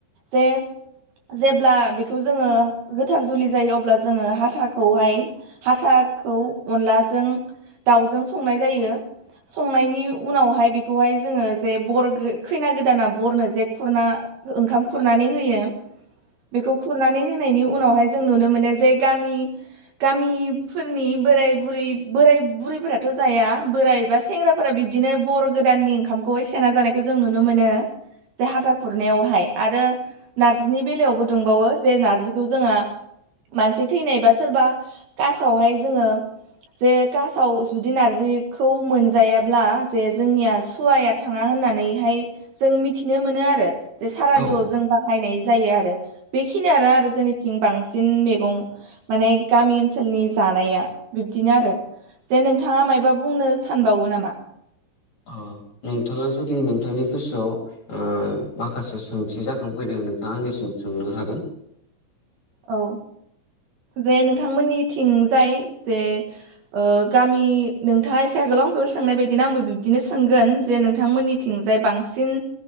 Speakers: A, on the right; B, on the left.
A: जे जेब्ला बेखौ जोङो गोथार जुलि जायो अब्ला जोङो हाथाखौहाय हाथाखौ अनलाजों दाउजों संनाय जायो। संनायनि उनावहाय बेखौहाय जोङो जे बर गो खैना गोदाना बरनो जे खुरना ओंखाम खुरनानै होयो खौ खुरनानै होनायनि उनावहाय जों नुनो मोनो जे गामि गामिफोरनि बोराय बुरै बोराय बुरैफोराथ' जाया बोराइ बा सेंग्राफोरा बिब्दिनो बर गोदाननि ओंखामखौहाय सेना जानायखौ जों नुनो मोनो। जा हाथा खुरनायावहाय आरो नार्जिनि बेलायावबो दुंबावो जे नारजिखौ जोंहा मानसि थैनायबा सोरबा कासावहाय जोङो जे कासाव जुदि नारजिखौ मोनजायाब्ला जे जोंनिया सुवाया थाङा होननानैहाय जों मिथिनो मोनो आरो। जे सारादुआव
B: औ औ
A: जों बाहायनाय जायो आरो बेखिनियानो आरो जोंनि थिं बांसिन मेगं माने गामि ओनसोलनि जानाया बिब्दिनो आरो। जे नोंथाङा मायबा बुंनो सानबावो नामा?
B: अ नोंथाङा जुदि नोंथांनि गोसोआव ओ माखासे सोंथि जाखांफैदों नोंथाङा आंनिसिम सोंनो हागोन।
A: औ जे नोंथांमोननि थिंजाय जे ओ गामि नोंथाङा एसे आगोलावखौ सोंनाय बायदिनो आंबो बिब्दिनो सोंगोन जे नोंथां मोननिथिं जाय बांसिन